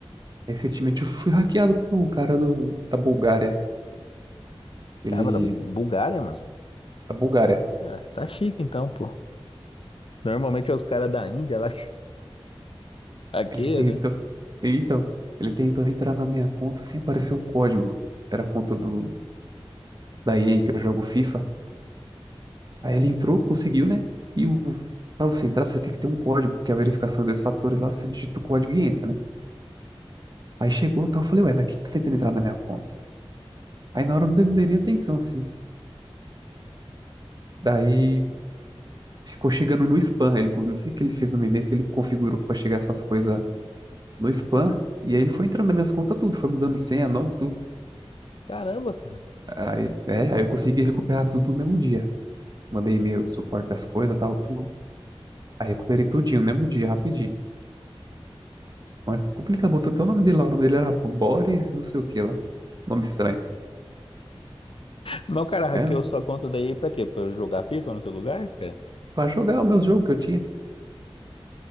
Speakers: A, on the right; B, on the left.
A: recentemente eu fui hackeado por um cara do, da Bulgária. Ele.
B: Cara, mano, Bulgária, mano.
A: Da Bulgária.
B: É, tá chique então, pô. Normalmente é os caras da Índia lá <laughs> que
A: Ele
B: que
A: tentou.
B: né?
A: Então, ele tentou entrar na minha conta sem aparecer o código. Era a conta do da EA que eu jogo FIFA. Aí ele entrou, conseguiu, né? E o para você entrar, você tem que ter um código, que é a verificação de dois fatores lá, você digita o código e entra, né? Aí chegou, tal, eu falei, ué, mas quem que tá tentando entrar na minha conta? Aí na hora eu não dei, não dei nem atenção, assim. Daí ficou chegando no spam. Ele, não sei o que ele fez no meu e-mail, que ele configurou pra chegar essas coisas no spam. E aí ele foi entrando nas minhas contas tudo, foi mudando senha, nome, tudo.
B: Caramba, cara.
A: Aí, é, aí eu consegui recuperar tudo no mesmo dia. Mandei e-mail do suporte das coisas, tal, tudo. Aí recuperei tudinho, mesmo dia, rapidinho. Mas complicado, botou até o nome dele lá. O nome dele era Boris, não sei o que lá. Nome estranho,
B: Mas o cara hackeou
A: né?
B: sua conta daí pra quê? Pra eu jogar FIFA no seu lugar, cara?
A: Pra jogar o meu jogo que eu tinha.